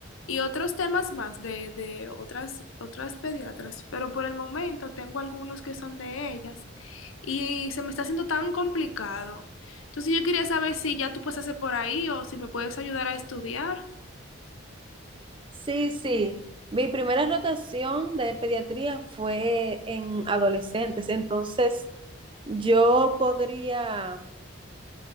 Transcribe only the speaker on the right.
Sí, sí. Mi primera rotación de pediatría fue en adolescentes. Entonces, yo podría